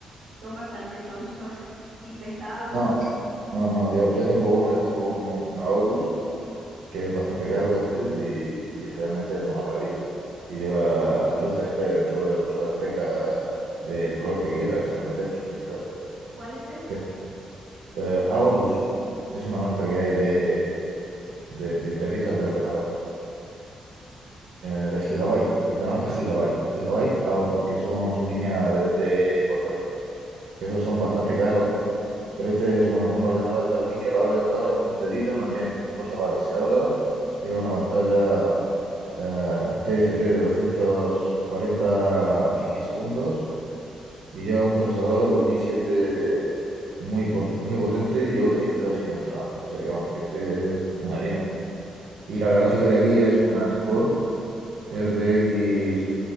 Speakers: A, on the right; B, on the right.
A: son bastante chonchos <laughs> y pesados.
B: No, no, no, no, yo, yo tengo uno, yo tengo uno, una Horus, que es bastante caro este, y, y realmente es una maravilla. Y lleva luces LED en todo- todas las teclas del color que quieras y con efectos y tal.
A: ¿Cuál es ese?
B: Sí. Eh, Aorus es una marca que hay de, de, de piezas de ordenador, eh, de Gigabyte, de la marca Gigabyte. Gigabyte Aorus, que son su línea de, de portátiles. Que esos son bastante caros Pero este es un, un ordenador de aluminio, lo abres, lo abres con un dedito, no le tienes que hacer fuerza para que se abra. Lleva una pantalla eh, TFT de 240 milisegundos y lleva un procesador, un i7 muy, pot- muy potente y lleva 32 gigas de RAM. O sea que vamos, que este es una diana. Y la gráfica de aquí es una GeForce RTX